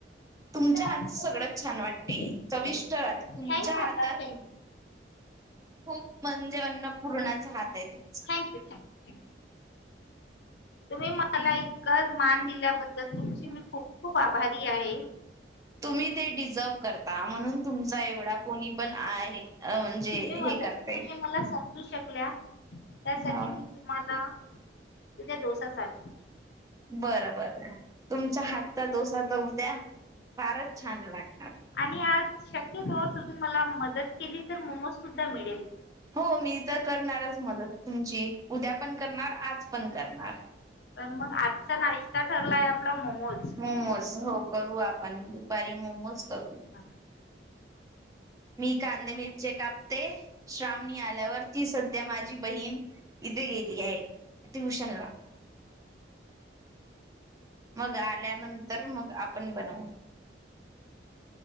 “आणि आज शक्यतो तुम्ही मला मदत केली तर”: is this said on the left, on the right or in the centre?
Left